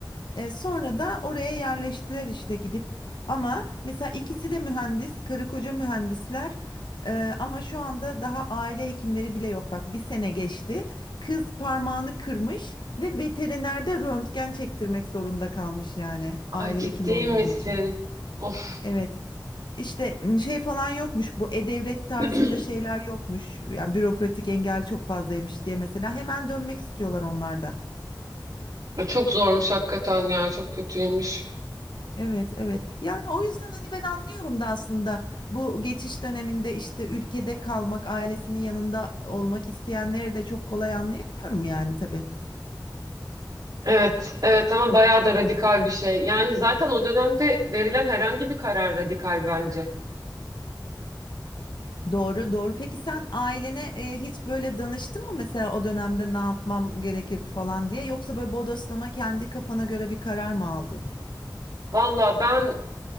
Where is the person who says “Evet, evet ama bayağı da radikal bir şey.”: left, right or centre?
Right